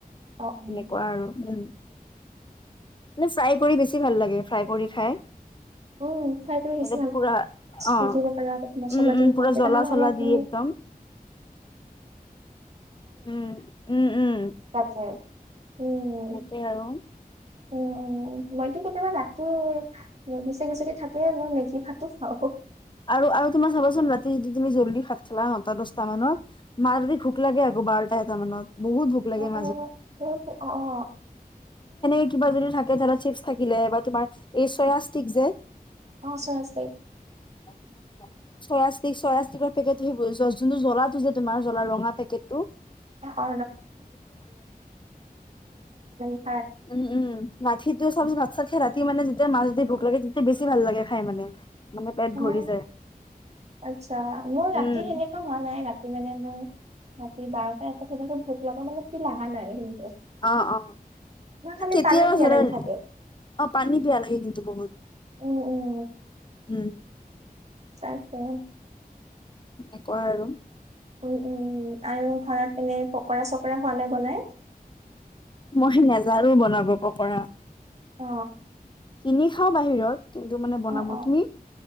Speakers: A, on the right; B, on the left.
A: অ' উম।
B: এনেকুৱা আৰু উম মে ফ্ৰাই কৰি বেছি ভাল লাগে ফ্ৰাই কৰি খাই
A: অ ফ্ৰাই <unintelligible> পিয়াঁজ
B: এতিয়া পুৰা অ',
A: দি দিব পাৰ মছলা
B: উম, উম
A: দিব পাৰা মচলা দিব
B: পুৰা
A: পাৰা তেতিয়া
B: জ্বলা
A: মানে
B: চলা
A: অলপ
B: দি
A: মানে
B: একদম উম, উম, উম
A: <unintelligible> উম।
B: এনেকে আৰু। <unintelligible>
A: উম, উম মইতো কেতিয়াবা ৰাতি মেগি চেগি চেগি থাকোই মেগী ভাতো খাওঁ
B: আৰু আৰু তোমাৰ চাবাচোন ৰাতি যদি তুমি জ্বলি ভাত খালা নটা দশটা মানত মাৰদি ভোক লাগে আ বাৰটা এটা মনত বহুত ভোক লাগে
A: অ অ বহুত অ অ
B: <unintelligible> কিবা যদি থাকে ধৰা চিপছ থাকিলে বা তোমাৰ এই চয়া ষ্টিক যে
A: অ চোৱা
B: <unintelligible> চয়য়া ষ্টিক চয়য়া ষ্টিকৰ পেকেটটো যোনটো জ্বলাটো যে তুমাৰ জলাৰ ৰঙা পেকেট টো
A: অ <unintelligible>
B: উম উম মখিটো চব ভাত চাত ৰাতি মানে যেতিয়া মাছ দি ভোক লাগে তেতিয়া বেছি ভাল লাগে খাই মানে মানে পেট
A: অ
B: ভৰি যায়
A: আচ্ছা মোৰ ৰাতি
B: উম
A: সেনেকুৱা হোৱা নাই ৰাতি মানে মোৰ ৰাতি বাৰটা এটা ভুক লগা মানে তি লাহান নাই
B: অ অ
A: মই খালি
B: কেতিয়াবা
A: পানী পিয়াহ
B: ধৰা
A: লাগি
B: নাই
A: থাকে
B: অ পানী পিয়া লাগে কিন্তু বহুত
A: উম উম
B: উম
A: <unintelligible>
B: সনেকুৱা আৰু
A: উ উম আৰু ঘৰত এনে পকৰা চকৰা হোৱা নাই বনাই
B: মই নেজানো বনাব পকৰা
A: অ
B: কিনি খাও বাহিৰত কিন্তু মানে বনাব
A: অ অ
B: তুমি